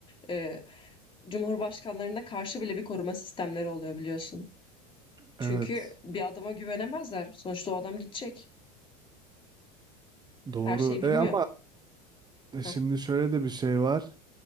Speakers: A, on the left (about 25°); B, on the right (about 20°).
A: e, cumhurbaşkanlarına karşı bile bir koruma sistemleri oluyor biliyorsun. Çünkü
B: Evet.
A: bir adama güvenemezler. Sonuçta o adam gidecek.
B: Doğru.
A: Her şeyi bilmiyor.
B: E ama
A: Heh.
B: şimdi şöyle de bir şey var.